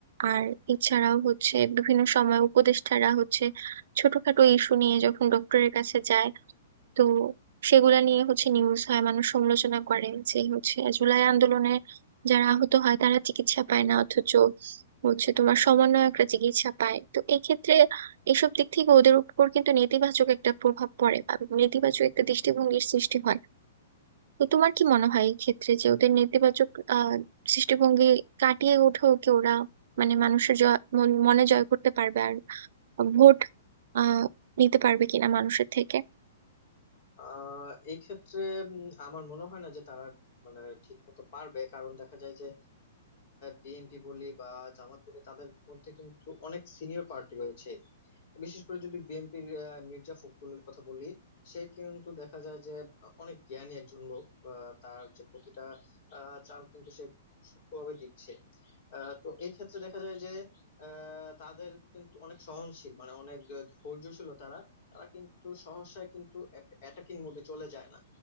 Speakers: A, on the right; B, on the left.
A: আর এছাড়াও হচ্ছে বিভিন্ন সময় উপদেষ্টারা হচ্ছে ছোটখাটো ইস্যু নিয়ে যখন ডক্টরের কাছে যায় তো সেগুলা নিয়ে হচ্ছে নিউজ হয় মানুষ সমালোচনা করে যে হচ্ছে জুলাই আন্দোলনে যারা আহত হয় তারা চিকিৎসা পায় না অথচ হচ্ছে তোমার সমন্বয়করা চিকিৎসা পায় তো এই ক্ষেত্রে এসব দিক থেকে ওদের উপর কিন্তু নেতিবাচক একটা প্রভাব পড়ে বা নেতিবাচক একটা দৃষ্টিভঙ্গির সৃষ্টি হয় তো তোমার কি মনে হয় এই ক্ষেত্রে যে ওদের নেতিবাচক আহ দৃষ্টিভঙ্গি কাটিয়ে উঠেও কি ওরা মানে মানুষের জয় মন- মনে জয় করতে পারবে আর ভোট আহ নিতে পারবে কিনা মানুষের থেকে
B: আহ এই ক্ষেত্রে উম, আমার মনে হয় না যে তারা মানে ঠিক মতো পারবে কারণ দেখা যায় যে বিএনপি বলি বা জামাত বলি তাদের মধ্যে কিন্তু অনেক সিনিয়র পার্টি রয়েছে বিশেষ করে যদি বিএনপির মির্জা ফখরুলের কথা বলি সে কিন্তু দেখা যায় যে অনেক জ্ঞানী একজন লোক আহ, তার যে প্রতিটা আহ, চাল কিন্তু সে সূক্ষ্মভাবে দিচ্ছে আহ, তো এই ক্ষেত্রে দেখা যায় যে আহ, তাদের কিন্তু অনেক সহনশীল মানে অনেক ধৈর্যশীল তারা তারা কিন্তু সহসায় কিন্তু অ্যাটাকিং মোডে চলে যায় না